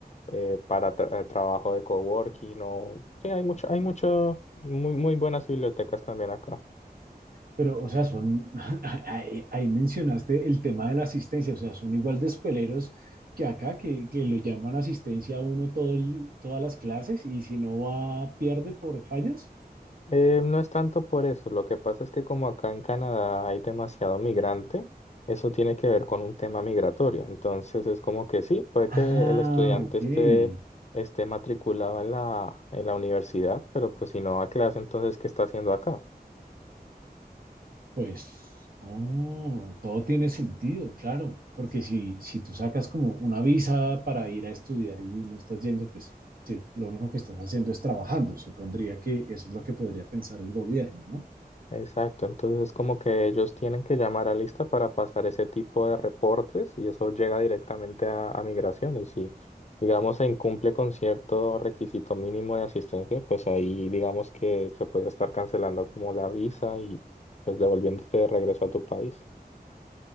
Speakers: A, on the left; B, on the right.
A: eh, para tra- eh, trabajo de coworking o... Sí, hay mucho, hay mucho, muy, muy buenas bibliotecas también acá.
B: Pero, o sea, son, <laughs> ahí, ahí mencionaste el tema de la asistencia, o sea, son igual de escueleros que acá, que, que lo llaman asistencia a uno todo el- todas las clases y si no va, pierde por fallas.
A: Eh, no es tanto por eso, lo que pasa es que como acá en Canadá hay demasiado migrante, eso tiene que ver con un tema migratorio. Entonces es como que sí, puede
B: Ah,
A: que el estudiante
B: ok.
A: esté, esté matriculado en la, en la universidad, pero pues si no va a clase, entonces ¿qué está haciendo acá?
B: Pues, oh, todo tiene sentido, claro, porque si, si tú sacas como una visa para ir a estudiar y no estás yendo, pues sí, lo único que estás haciendo es trabajando. Supondría que eso es lo que podría pensar el gobierno, ¿no?
A: Exacto, entonces como que ellos tienen que llamar a lista para pasar ese tipo de reportes y eso llega directamente a, a migración y si digamos se incumple con cierto requisito mínimo de asistencia, pues ahí digamos que se puede estar cancelando como la visa y pues devolviéndote de regreso a tu país.